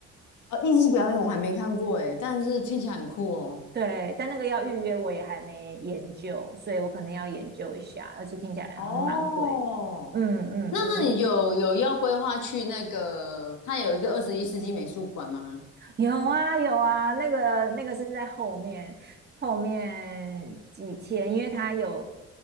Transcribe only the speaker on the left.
呃，艺术表演我还没看过诶，但是听起来很酷哦。
哦，
那那你有有要规划去那个，它有一个二十一世纪美术馆吗？